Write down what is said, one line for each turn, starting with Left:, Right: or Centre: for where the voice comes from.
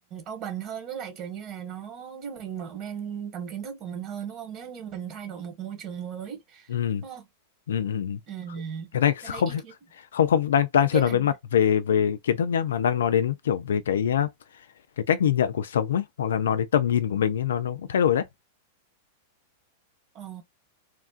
Right: open hơn với lại kiểu như là nó giúp mình mở mang tầm kiến thức của mình hơn đúng không? Nếu như mình thay đổi một môi trường mới
Left: ừ,
Right: đúng không?
Left: ừ, ừ. ừ.
Right: Ừ,
Left: cái này không
Right: ta thấy ý
Left: thể-
Right: kiến
Left: không không đang đang
Right: ý
Left: chưa
Right: kiến
Left: nói
Right: này
Left: đến mặt về về kiến thức nhá mà đang nói đến kiểu về cái á, cái cách nhìn nhận cuộc sống ấy hoặc là nói đến tầm nhìn của mình ấy nó nó cũng thay đổi đấy
Right: ờ,